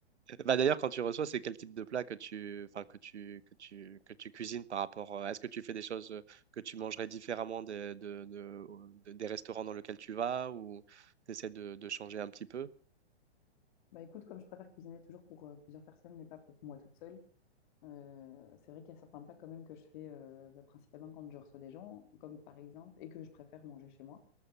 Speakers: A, on the right; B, on the left.
A: Bah d'ailleurs, quand tu reçois, c'est quel type de plat que tu, enfin, que tu, que tu, que tu cuisines par rapport. euh, Est-ce que tu fais des choses euh, que tu mangerais différemment des, de, de- de- des restaurants dans lesquels tu vas ou tu essaies de, de changer un petit peu?
B: Bah écoute, comme je préfère cuisiner toujours pour euh, plusieurs personnes, mais pas pour moi toute seule, euh, c'est vrai qu'il y a certains plats quand même que je fais euh, bah, principalement quand je reçois des gens, comme par exemple, et que je préfère manger chez moi,